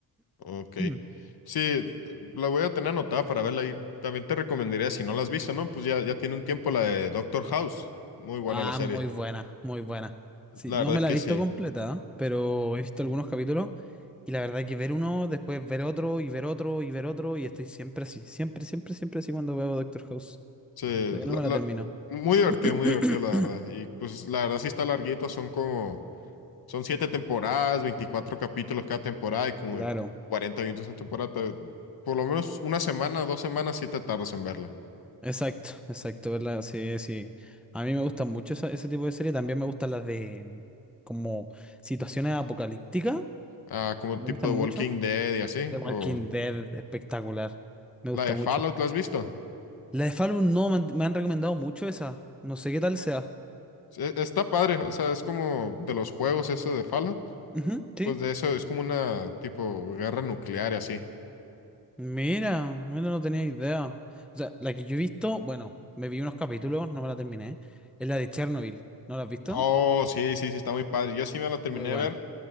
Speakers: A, on the left; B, in the centre.
A: Ok.
B: <clears throat>
A: Sí, la voy a tener anotada para verla y también te recomendaría, si no la has visto, ¿no? Pues ya, ya tiene un tiempo la de Doctor House. Muy buena
B: Ah,
A: la serie.
B: muy buena, muy buena. Sí,
A: La
B: no
A: verdad
B: me
A: es
B: la
A: que
B: he visto
A: sí.
B: completa, ¿eh? pero he visto algunos capítulos. Y la verdad que ver uno, después ver otro, y ver otro, y ver otro. Y estoy siempre así, siempre, siempre, siempre así cuando veo Doctor House.
A: Sí,
B: Todavía
A: la-
B: no me la
A: la-
B: termino.
A: muy
B: <clears throat>
A: divertido, muy divertido, la verdad. Y pues la verdad sí está larguito, son como, son siete temporadas, 24 capítulos cada temporada y como
B: Claro.
A: 40 minutos en temporada. Te- Por lo menos una semana, dos semanas sí te tardas en verla.
B: Exacto, exacto, ¿verdad? Sí, sí. A mí me gustan mucho esa- ese tipo de series. También me gustan las de mm, como situaciones apocalípticas.
A: Ah, como
B: Me
A: tipo
B: gustan
A: de
B: mucho.
A: Walking Dead y así.
B: The Walking
A: O
B: Dead, espectacular. Me
A: la
B: gusta
A: de
B: mucho.
A: Fallout, ¿la has visto?
B: La de Fallout no, me han, me han recomendado mucho esa. No sé qué tal sea.
A: Sí, E- Está padre, o sea, es como de los juegos eso de Fallout,
B: Ujú, sí.
A: pues de eso es como una tipo guerra nuclear y así.
B: Mira, mira, no tenía idea. O sea, la que yo he visto, bueno, me vi unos capítulos, no me la terminé. Es la de Chernobyl. ¿No la has visto?
A: Oh, sí, sí, sí, está muy padre. Yo sí me la terminé
B: Muy buena.
A: de ver,